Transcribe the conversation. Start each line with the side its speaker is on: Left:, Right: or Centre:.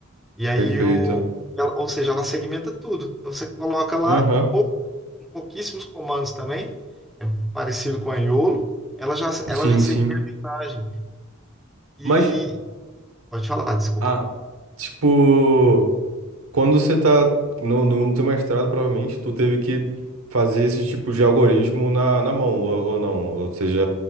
Centre: E aí,
Right: perfeito.
Centre: o, ela- ou seja, ela segmenta tudo. Então você coloca lá
Right: Aham.
Centre: com, pou, com pouquíssimos comandos também, é parecido com a Iolo, ela já, ela
Right: Sim,
Centre: já segmenta
Right: sim.
Centre: a imagem. E
Right: Mas,
Centre: pode falar, desculpa.
Right: ah, tipo, quando você tá no, no teu mestrado, provavelmente, tu teve que fazer esse tipo de algoritmo na, na mão, ou, ou não. Ou seja,